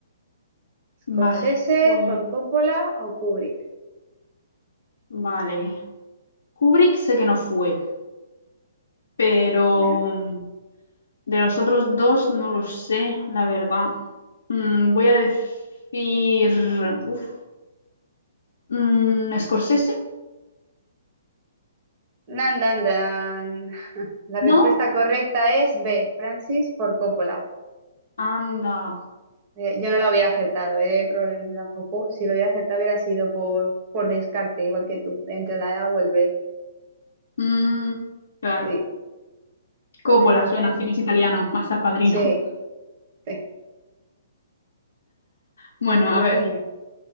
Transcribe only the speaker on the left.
Vale, pues,
vale. Kubrick sé que no fue. pero
mm, de los otros dos no lo sé, la verdad. Mm, voy a decir, uf, mm, Scorsese,
¿no?
Anda.
Mm, claro.
Coppola,
suena
cine es italiano, más al padrino.
<laughs>
Bueno,
a ver.